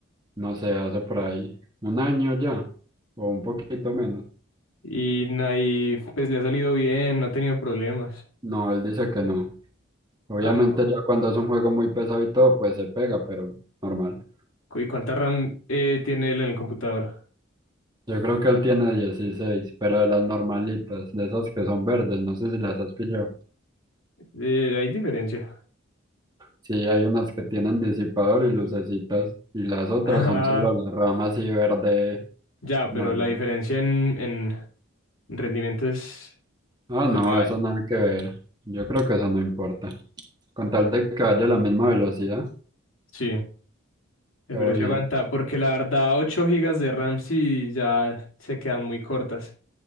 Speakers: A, on the right (about 20°); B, on the left (about 80°).
A: no sé, hace por ahí un año ya, o un poquito menos.
B: Y ahí, pues le ha salido bien, no ha tenido problemas.
A: No, él dice que no. Obviamente
B: Ah, no.
A: ya cuando es un juego muy pesado y todo, pues se pega, pero normal.
B: ¿Y cuánta RAM eh, tiene él en el computador?
A: Yo creo que él tiene 16, pero de las normalitas, de esas que son verdes, no sé si las has pillado.
B: Eh, hay diferencia. <laughs>
A: Sí, hay unas que tienen disipador y lucecitas, y las otras
B: Ah,
A: son solo las ramas y verde
B: ya,
A: normal.
B: pero la diferencia en, en rendimiento es...
A: Ah, no,
B: pues, no hay.
A: eso nada que ver. Yo creo que eso no importa. Con tal de que vaya a la misma velocidad,
B: Sí, eh, pero
A: todo bien.
B: sí aguanta, porque la verdad 8 gigas de RAM sí ya se quedan muy cortas.